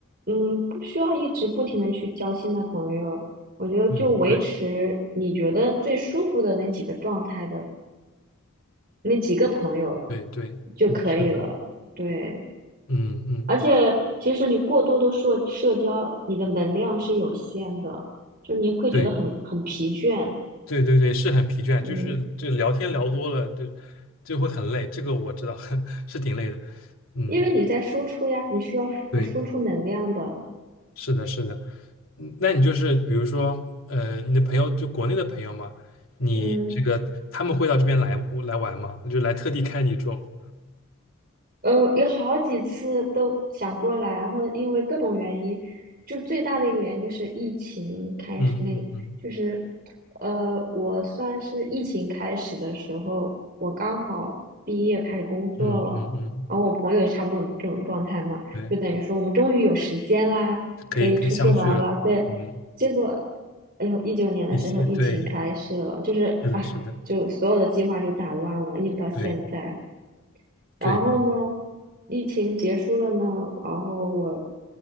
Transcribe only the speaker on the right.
嗯，不需要一直不停的去交新的朋友。我觉得就维持你觉得最舒服的那几个状态的
那几个朋友
就可以了。
对，
而且其实你过多的社社交，你的能量是有限的，就你会觉得很很疲倦。
嗯，
因为你在输出呀，你需要输输出能量的。
嗯。
呃，有好几次都想过来，然后因为各种原因，就最大的一个原因就是疫情开始那，
就是，呃，我算是疫情开始的时候，我刚好毕业开始工作了，
然后我朋友也差不多这种这种状态嘛，
就等于说我们终于有时间啦，
可以出去玩儿啦，对，
结果，哎呦，一九年的时候疫情开始了，
就是啊，
就所有的计划就打乱了，一直到现在。
然后呢，疫情结束了呢，然后我，